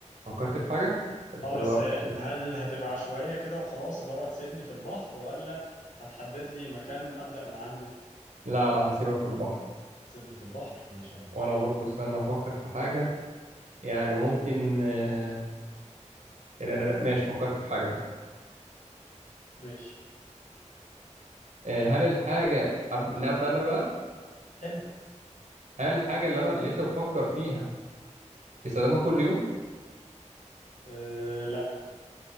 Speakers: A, on the right (about 65°); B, on the left (about 85°).
A: فكرت في حاجة طب استنى
B: اه بس
A: بقى أفكر
B: هل هتبقى عشوائية كده وخلاص اللي هو هتسيبني في البحر ولا هتحدد لي مكان أبدأ من عنده
A: لا لا هسيبك في البحر
B: تسيبني في البحر ماشي يا عم
A: وانا برضو استنى افكر في حاجة يعني ممكن آه، لا- لا- لا، ماشي فكرت في حاجة انا
B: ماشي
A: آه، هل الحاجة أبدأ, ابدأ انا بقى
B: ابدأ
A: هل الحاجة اللي انا اللي انت بتفكر فيها تستخدمها كل يوم
B: أه لا